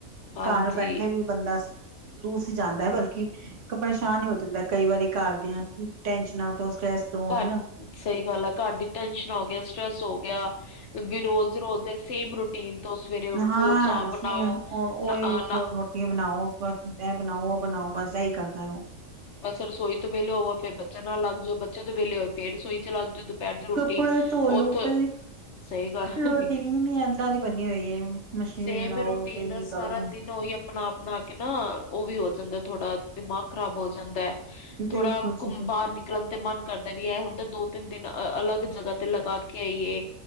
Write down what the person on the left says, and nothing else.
ਹਾਂਜੀ
ਘਰ
ਸਹੀ ਗੱਲ ਆ, ਘਰ ਦੀ ਟੈਸ਼ਨ ਹੋ ਗਿਆ, ਸਟਰ੍ਰੈਸ ਹੋ ਗਿਆ ਵੀ ਰੋਜ਼-ਰੋਜ਼ ਦੇ ਸੇਮ ਰੂਟੀਨ ਤੋਂ ਸਵੇਰੇ ਉੱਠੋ
ਚਾਹ
ਬਣਾਓ
ਨਾ
ਨਾ
ਬਸ ਰਸੋਈ ਤੋਂ ਵਹਲੇ ਹੋ ਫੇਰ ਬੱਚੇ ਨਾਲ ਲੱਗ ਜਓ, ਬੱਚੇ ਤੋਂ ਵੇਹਲੇ ਹੋਵ ਫੇਰ ਰਸੋਈ ਚ ਲਗਜੋ ਦੁਪਹਿਰ ਦੀ ਰੋਟੀ
ਓਥੇ
ਸਹੀ ਗੱਲ,
<unintelligible>
ਸੇਮ
ਰੂਟੀਨ
ਸਾਰਾ ਦਿਨ ਉਹੀ ਆਪਣਾ ਆਪ ਬਣਾ ਕੇ ਨਾਂ ਉਹ ਵੀ ਹੋ ਜਾਂਦਾ ਥੋੜਾ ਦਿਮਾਗ ਖ਼ਰਾਬ ਹੋ ਜਾਂਦਾ ਏ
ਥੋੜਾ
ਘੁੰਮ
ਬਾਹਰ ਨਿਕਲਣ ਤੇ ਮਨ ਕਰਦਾ ਵੀ ਇਹ ਹੁੰਦਾ ਦੋ ਤਿੰਨ ਦਿਨ ਅ ਅਲੱਗ ਜਗ੍ਹਾ ਤੇ ਲਗਾ ਕੇ ਆਈਏ